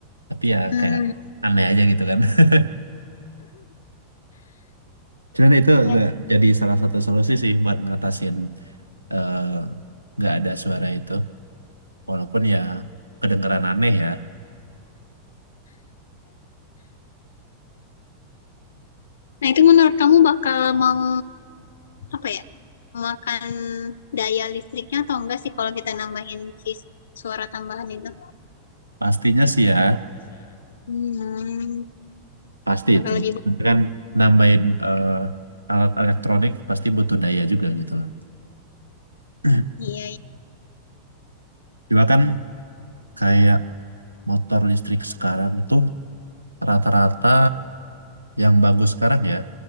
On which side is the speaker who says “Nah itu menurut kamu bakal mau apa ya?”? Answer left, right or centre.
Left